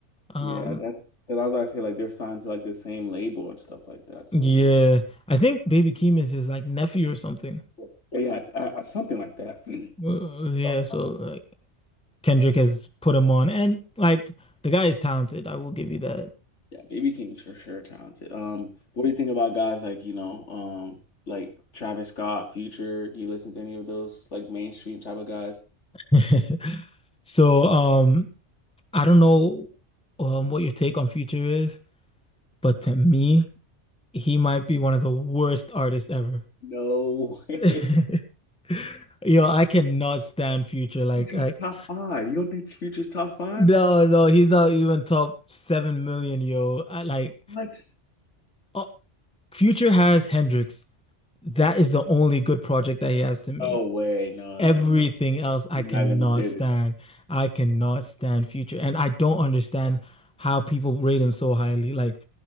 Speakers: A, in the centre; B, on the left.
A: Um
B: Yeah, that's because I was about to say like they're signed to like the same label and stuff like that. So
A: yeah. I think Baby Keem is his like nephew or something.
B: like yeah, I, I, something like that. <clears throat> Sorry
A: Uh, yeah, so
B: about that.
A: like Kendrick has put him on and like the guy is talented. I will give you that.
B: Yeah, Baby Keem is for sure talented. Um, what do you think about guys like, you know, um, like Travis Scott, Future? Do you listen to any of those like mainstream type of guys?
A: <laughs> So, um, I don't know um, what your take on Future is, but to me, he might be one of the worst artists ever.
B: No. way.
A: <laughs> Yo, I cannot stand Future.
B: <laughs>
A: Like,
B: Future's
A: like
B: top five. You don't think Future's top five?
A: no, no, he's not even top seven million. Yo, I, like,
B: What?
A: uh, Future has Hendrix. That is the only good project that he has to me.
B: No way. No,
A: Everything
B: no, no.
A: else, I
B: We're
A: cannot
B: not gonna do
A: stand.
B: it.
A: I cannot stand Future, and I don't understand how people rate him so highly. Like,